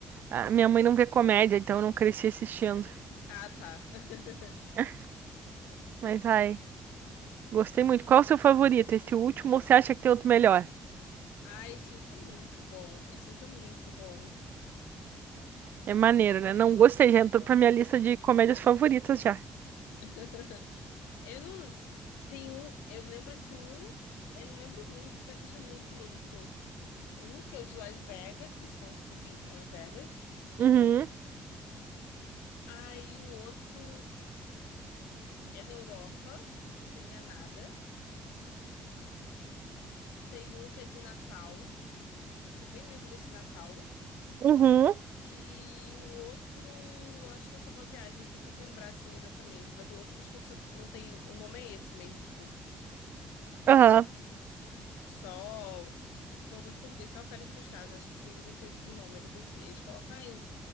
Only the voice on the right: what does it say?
Ah, minha mãe não vê comédia, então eu não cresci assistindo.
<laughs> Mas, ai, gostei muito. Qual o seu favorito? Esse último ou você acha que tem outro melhor?
É maneiro, né? Não gostei, já entrou
pra minha lista de comédias favoritas já.
Uhum,
uhum,
aham.